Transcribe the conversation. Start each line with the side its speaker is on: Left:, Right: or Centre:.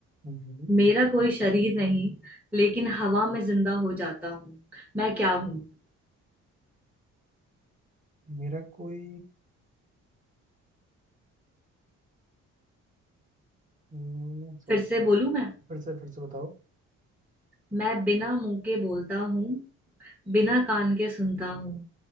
Right: हम्म।
Centre: मेरा कोई शरीर नहीं लेकिन हवा में जिंदा हो जाता हूँ मैं क्या हूँ
Right: मेरा कोई हम्म, सोचना
Centre: फिर से
Right: पड़ेगा
Centre: बोलूं मैं
Right: फिर से फिर से बताओ
Centre: मैं बिना मुंह के बोलता हूँ बिना कान के सुनता हूँ